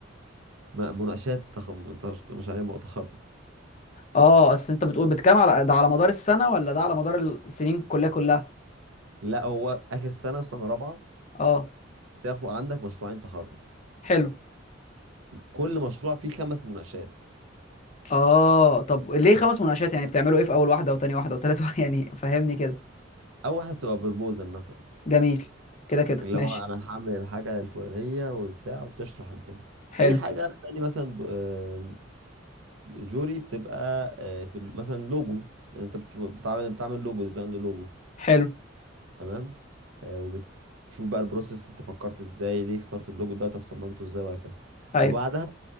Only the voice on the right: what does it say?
م- مناقشات تخم... تش- مشاريع تخرج
لا هو اخر سنة في سنة رابعة
تاخد عندك مشروعين تخرج
كل مشروع فيه خمس مناقشات
اول واحده بتبقى بروبوزال مثلا
اللي
هو اه انا هعمل الحاجه الفلانيه وبتاع وبتشرح الدنيا
تاني حاجه تاني مثلا ب- آم، جوري بتبقى آه، في ال- مثلا لوجو انت بت- بتعمل بتعمل لوجو ديزاين للوجو
تمام آه، وبتشوف بقى البروسيس انت فكرت ازاي ليه اخترت اللوجو ده طب صممته ازاي وهكذا
وبعدها